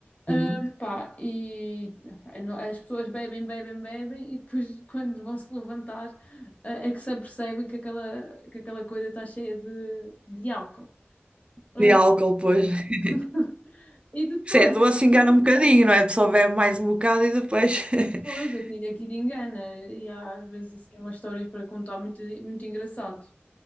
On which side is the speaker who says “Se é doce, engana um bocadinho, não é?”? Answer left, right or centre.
Right